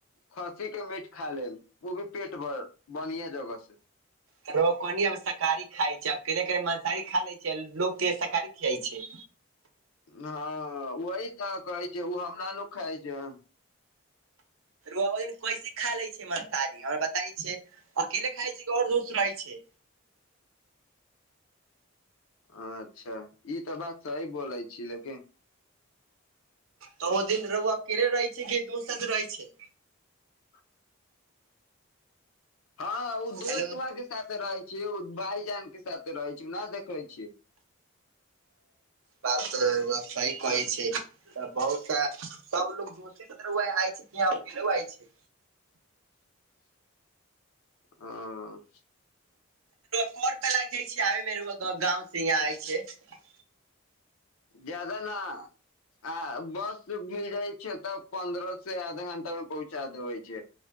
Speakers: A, on the left (about 80°); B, on the right (about 75°).
A: खस्सी के मीट खा लेब ओ भी पेट भर बनिया जगह से
B: कनि अब शाकाहारी खाइ छै के के मासाहारी खा लै छै लोकोगके शाकाहारी खियाइ छै
A: हँ वहि तऽ कहै छै ओ हमरा ल खाइ छै
B: ओहि दिन कैसे खा लै छै मानसारी हमर बताइ छै अकेले खाइ छै कि आओर दोस्त रहै छै
A: <inaudible> अच्छा ई तऽ बात सही बोलै छी लेकिन
B: तऽ ओ दिन रुहूआ केरे रहै छै कि दोस्त साथ रहै छै
A: <inaudible> हँ ओ दोस्तबा
B: हेलो
A: के साथे रहय छी ओ भायजान के साथे रहै छै नहि देखै छी
B: बात तऽ रौआ सही कहैत छै तऽ बहुत सा सब लोग घूसे आ छै यह उइ छै
A: <inaudible> ह <inaudible>
B: कोर प लाग जाइ छै आबे मे गाँं से यहाँ आ छै
A: जड़ान आ बस भी जाइ छै तऽ पंन्द्रह स से आधा घंटा मेमे पहुँचा देबै छै